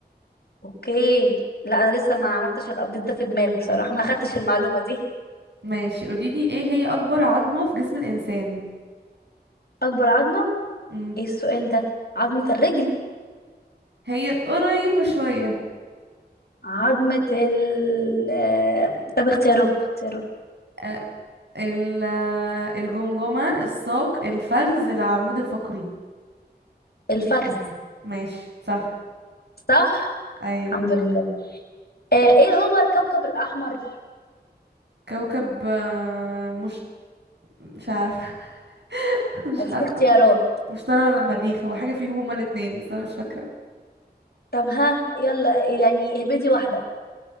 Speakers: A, on the left; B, on the right.
A: اوكي لا انا لسه ما عملتش الابديت ده في دماغي بصراحة ما خدتش المعلومة دي
B: ماشي قوليلي ايه هي أكبر عظمة في جسم الإنسان
A: اكبر عظمة
B: مم.
A: ايه السؤال ده عظمة الرجل
B: هي قريبة شوية
A: عظمة ال آه، طب اختيارات اختيارات
B: أ- ال... الجمجمة الساق الفخذ العمود الفقري
A: الفخذ
B: ماشي صح
A: صح
B: أيوه
A: الحمد لله آه ايه هو الكوكب الأحمر
B: كوكب آه، مش مش عارفة <laughs> مش
A: هديك
B: عارفة
A: اختيارات
B: مشتري ولا مريخ هو حاجة فيهم هما الاتنين بس أنا مش فاكرة
A: طب ها يلا يعني اهبدي واحدة